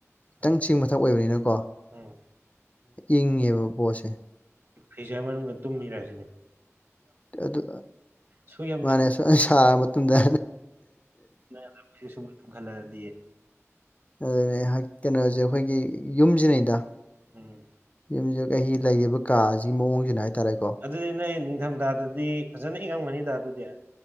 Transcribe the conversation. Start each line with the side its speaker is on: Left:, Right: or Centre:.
Left: ꯈꯤꯇꯪ
Right: ꯎꯝ
Left: ꯆꯤꯡꯃꯊꯛ ꯑꯣꯏꯕꯅꯤꯅꯀꯣ
Right: ꯎꯝ
Left: ꯏꯪꯉꯦꯕ ꯄꯣꯠꯁꯦ꯫
Right: ꯑꯦꯛꯖꯥꯝ ꯃꯅꯨꯡꯗ ꯇꯨꯝꯃꯦ ꯍꯥꯢꯁꯤꯗꯤ
Left: ꯑꯗꯨ
Right: ꯁꯨ ꯌꯥꯝ
Left: ꯃꯥꯅꯦ ꯁꯥꯔ ꯃꯇꯨꯡꯗ
Right: ꯂꯥꯢꯔꯕ ꯅꯨꯄꯥꯁꯦ <unintelligible>
Left: ꯑꯗꯨꯅꯦ ꯀꯩꯅꯣꯖꯦ ꯑꯩꯈꯣꯏꯒꯤ ꯌꯨꯝꯖꯤꯅꯅꯤꯗ꯫
Right: ꯎꯝ꯫
Left: ꯌꯨꯝꯖꯨ ꯑꯩ ꯂꯩꯔꯤꯕ ꯀꯥꯖꯤꯒꯤ ꯃꯑꯣꯡꯖꯤꯅ ꯍꯥꯏꯇꯥꯔꯦꯀꯣ꯫
Right: ꯑꯗꯨꯗꯤ ꯅꯣꯏ ꯅꯤꯡꯗꯝꯗꯥꯗꯤ ꯐꯖꯅ ꯏꯪꯉꯝꯒꯅꯤꯗ ꯑꯗꯨꯗꯤ꯫